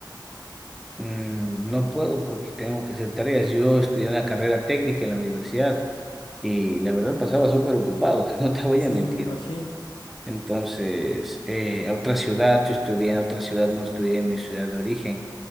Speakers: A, in the centre; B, on the left (about 85°).
A: Mm, No puedo porque tengo que hacer tareas. Yo estudié una carrera técnica en la universidad y la verdad pasaba súper ocupado, <laughs> no te voy
B: Sí,
A: a mentir.
B: me imagino.
A: Entonces, eh, en otra ciudad, yo estudié en otra ciudad, no estudié en mi ciudad de origen,